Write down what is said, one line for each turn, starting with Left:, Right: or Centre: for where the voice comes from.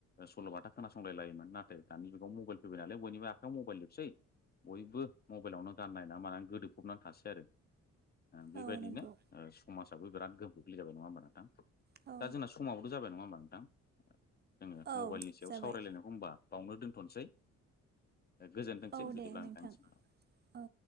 Left: सल'बाथा खोनासंलाय लायोमोन नाथाय दानि जुंगाल मबायल होबाय नालाय बयनिबो आखाइयाव मबाइल जोबसै बयबो मबाइलावनो गाननाय नना <unintelligible> मानानै गोदोफबनानै थासै आरो। बेबायदिनो
Right: औ नंगौ
Left: समाजाबो बिराद गोहोम गोग्लैजाबाय नङा होमबा नोंथां।
Right: औ
Left: दा जोंना समावथ' जाबाय नङा होमबा नोंथां जोङो
Right: औ
Left: मबाइलनि सायाव
Right: जाबाय
Left: सावरायलायनायखौ होनबा बावनो दोनथ'नोसै। गोजोनथोंसै
Right: औ
Left: बिदिब्ला
Right: दे नोंथां
Left: नंथां। <inaudible>
Right: औ।